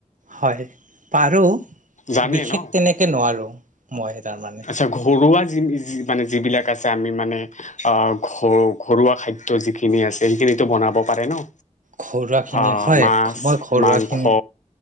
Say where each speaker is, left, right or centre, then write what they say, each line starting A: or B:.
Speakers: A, on the right; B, on the left.
A: হয়, পাৰোঁ।
B: জানে
A: বিশেষ
B: ন
A: তেনেকে নোৱাৰোঁ। মই তাৰমানে
B: আচ্ছা ঘৰুৱা যে যি- যি মানে- যিবিলাক আছে আমি মানে, অ'- ঘ- ঘৰুৱা খাদ্য যিখিনি আছে, সেইখিনতো বনাব পাৰে ন'?
A: ঘৰুৱা খিনি
B: অ'
A: হয়
B: মাছ,
A: মই ঘৰুৱা
B: মাংস,
A: খিনি